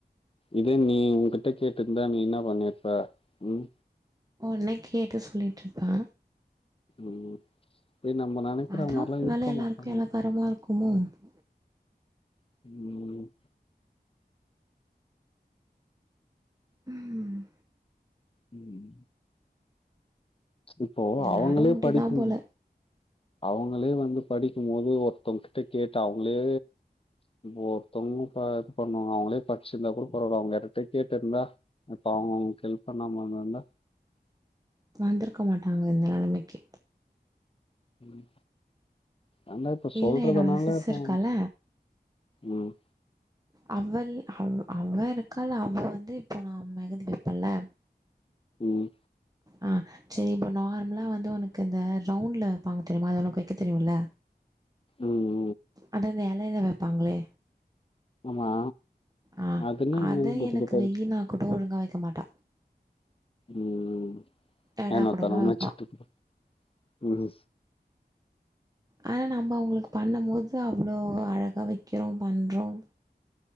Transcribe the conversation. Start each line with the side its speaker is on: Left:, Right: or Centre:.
Left: இதே நீ உங்கிட்ட கேட்டுருந்தா நீ என்னா பண்ணியிருப்ப உம்
Right: உன்னை கேட்டு சொல்லிட்டு இருப்ப
Left: ம் ஏ நம்ம நெனைக்கிற
Right: அதா
Left: மாதிரிலாம்
Right: ஒரு
Left: இருக்க
Right: வேல எல்லாருக்கு
Left: மாட்டாங்க
Right: <unintelligible>
Left: உம்
Right: உம்
Left: ம் இப்போ
Right: எல்லாரு
Left: அவங்களே
Right: இப்டிதா
Left: படிப்பு
Right: போல
Left: அவங்களே வந்து படிக்கும் போது ஒருத்தவங்க கிட்ட கேட்டு அவங்களே ஒருத்தவங்க ப இது பண்ணுவாங்க அவங்களே படிச்சிருந்தா கூட பரவால அவங்க யார்கிட்டா கேட்டு இருந்தா இப்ப அவங்களுக்கு எல்ப் பண்ணாம இருந்திருந்தா
Right: வந்து இருக்க மாட்டாங்க இந்த நெலமைக்கு
Left: ம் ஏன்னா இப்ப சொல்றதுனால
Right: இல்ல என்னோட சிஸ்
Left: இப்போ
Right: இருக்கால
Left: ம்
Right: அவள் அவ அவள் இருக்கால அவ வந்து இப்போ நான் மெகந்தி வெப்பல்ல
Left: உம்
Right: ஆ செரி இப்ப நார்மலா வந்து உனக்கு இந்த ரவுண்ட்ல வெப்பாங்க தெரியுமா அது உனக்கு வெக்க தெரியும்ல
Left: உம்
Right: அதா இந்தா இலையில வெப்பாங்களே
Left: ஆமா
Right: ஆ
Left: அதுன்னா
Right: அத
Left: பொட்டு
Right: எனக்கு
Left: பொட்டா
Right: வெய்
Left: வச்சு
Right: நா கூட ஒழுங்கா வெக்க மாட்டா
Left: உம்
Right: ஏடா
Left: ஏன்னா
Right: கூடமா
Left: தருவனானு
Right: வைப்பா
Left: சொல்ட்டு ம்
Right: ஆனா நம்ப அவங்களுக்கு பண்ணும்போது அவ்ளோ அழகாக வெக்கிறோம் பண்றோம்